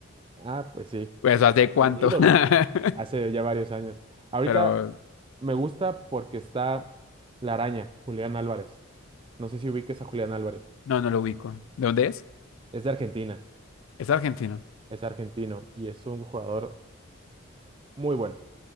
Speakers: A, on the right; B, on the left.
A: Ah, pues sí,
B: Pues,
A: sí,
B: ¿hace cuánto?
A: un ídolo,
B: <laughs>
A: hace ya varios años. Ahorita
B: Pero
A: me gusta porque está la araña, Julián Álvarez. No sé si ubiques a Julián Álvarez.
B: no, no lo ubico. ¿De dónde es?
A: Es de Argentina,
B: Es argentino.
A: es argentino y es un jugador muy bueno.